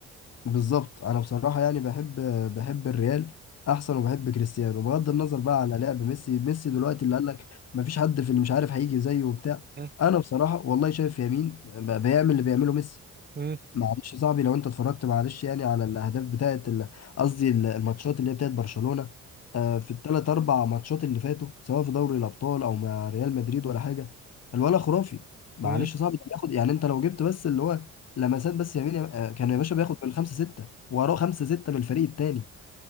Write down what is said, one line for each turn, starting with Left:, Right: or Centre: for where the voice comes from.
Left: بالظبط انا بصراحه يعني بحب بحب الريال احسن وبحب كريستيانو بغض النظر بقى على لعب ميسي ميسي دلوقتي اللي قال لك ما فيش حد في اللي مش عارف هيجي زيه وبتاع
Right: <laughs>
Left: انا بصراحه والله شايف يمين بقى بيعمل اللي بيعمله ميسي
Right: مم. مم.
Left: معلش يا صاحبي لو انت اتفرجت معلش يعني على الاهداف بتاعت ال- قصدي ال- الماتشات اللي هي بتاعت برشلونة آه، في الثلاث اربع ماتشات اللي فاتوا سواء في دوري الابطال او مع ريال مدريد ولا حاجه الولا خرافي معلش
Right: مم.
Left: يا صاحبي ده بياخد يعني انت لو جبت بس اللي هو لمسات بس يمين آه، كان يا باشا بياخد بالخمسه سته وراه خمسه سته من الفريق التاني